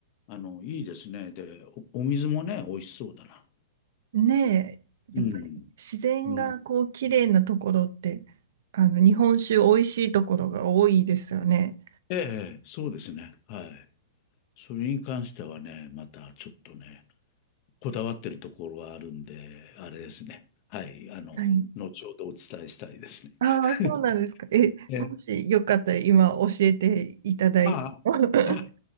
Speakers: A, on the left; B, on the right.
A: あの、いいですね。で、お、お水もね、美味しそうだな。
B: ねえ、
A: うん。
B: やっぱり自然がこう綺麗なところって、
A: うん。
B: あの、日本酒美味しいところが多いですよね。
A: ええ、そうですね。はい。それに関してはね、またちょっとね、こだわってるところがあるんで、あれですね。はい。あの、
B: はい。
A: 後ほどお伝えしたいですね。
B: ああ、
A: <laughs>
B: そうなんですか。え、
A: ええ、
B: もしよかったら今教えていただいても。
A: あ
B: <laughs> はい
A: あ、はい。